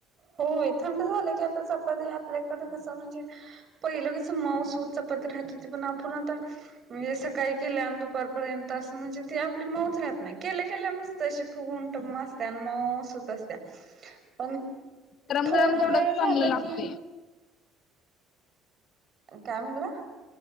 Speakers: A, on the right (about 45°); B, on the left (about 55°).
A: होय थंड झाल की आता चपाती आपल्याकड कस म्हणजे पहिल कस मऊ सूद चपाती राहत होती. पण आपण आता म्हणजे सकाळी केल्या आणि दुपारपर्यंत अस म्हणजे ती आपली मऊच राहत नाही. केल्या केल्या मस्त अशी फुगुन टम्म असत्या. आणि मउ सुत असत्या. पण
B: गरम
A: थोडा
B: गरम तेवढंच
A: वेळ
B: चांगलं
A: झाल
B: लागतंय.
A: की काय म्हनला?